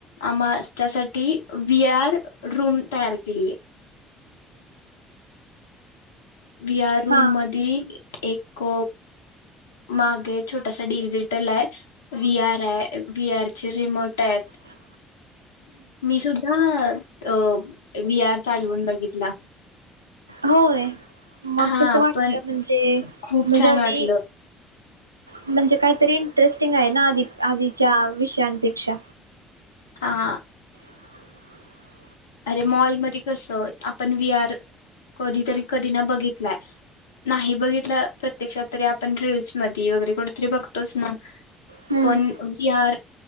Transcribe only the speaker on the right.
हा
हा.
होय मग
कस वाटलं
म्हणजे
म्हणजे
आधी
म्हणजे काहीतरी इंटरेस्टिंग आहे ना आधी आधीच्या विषयांपेक्षा
<unintelligible>
हम्म